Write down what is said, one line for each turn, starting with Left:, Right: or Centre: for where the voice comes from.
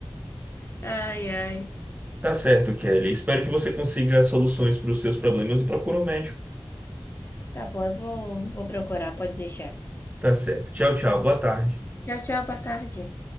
Left: Ai, ai.
Right: Tá certo, Kelly. Espero que você consiga soluções para os seus problemas e procure um médico.
Left: Tá bom, eu vou, vou procurar, pode deixar.
Right: Tá certo. Tchau, tchau. Boa tarde.
Left: Tchau, tchau, boa tarde.